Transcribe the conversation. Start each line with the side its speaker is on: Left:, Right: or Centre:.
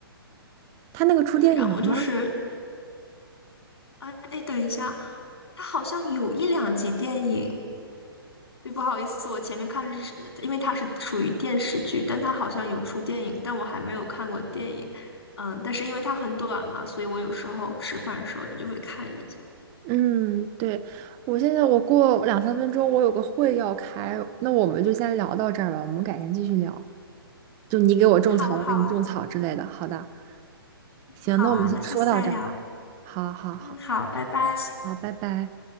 Right: 他那个出电影了吗？
Left: 对，然后就是，哎哎，等一下，它好像有一两集电影。对，不好意思，我前面看是，因为它是属于电视剧，但它好像有出电影，但我还没有看过电影。嗯，但是因为它很短嘛，所以我有时候吃饭的时候就会看一下。
Right: 嗯，对，我现在我过两三分钟，我有个会要开，那我们就先聊到这儿吧，我们改天继续聊。就你给我种草，
Left: 嗯，好啊，
Right: 我给你种草之类的。
Left: 好啊，
Right: 好的，行，
Left: 好啊，
Right: 那我们先说到这儿吧。
Left: 那下次再聊。
Right: 好好好。
Left: 嗯，好，拜拜。
Right: 好，拜拜。